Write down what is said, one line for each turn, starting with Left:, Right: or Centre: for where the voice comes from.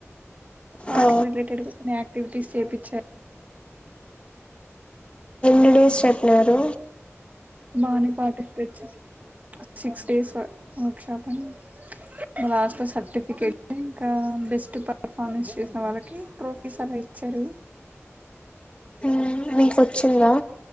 Right: వాటికి
Left: ఆ
Right: రిలేటెడ్ కొన్ని యాక్టివిటీస్ చేపిించ
Left: త డేస్ చెప్పినారు
Right: బానే పాటిస్తే వచ్చేసి సిక్స్ డేస్ వర్ షాప్ అని మ ఆస్ట్లో సర్టిఫికెట్ ఇంకా బెస్ట్ పర్ఫార్మెన్స్ చేసిన వాళ్ళకి ట్రోఫీస్ అలా చెరువు
Left: మ్ మీకొచ్చిందా